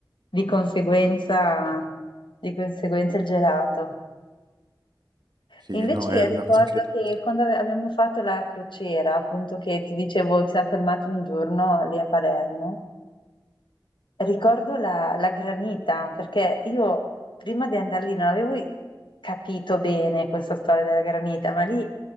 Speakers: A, on the left; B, on the right.
A: di conseguenza, di conseguenza il gelato.
B: Sì,
A: E invece
B: no, è
A: io
B: una
A: ricordo
B: cosa incredibile.
A: che quando ave- abbiamo fatto la crociera, appunto che ti dicevo, ci siamo fermati un giorno lì a Palermo, Ricordo la, la granita, perché io prima di andare lì non avevo i- capito bene questa storia della granita, ma lì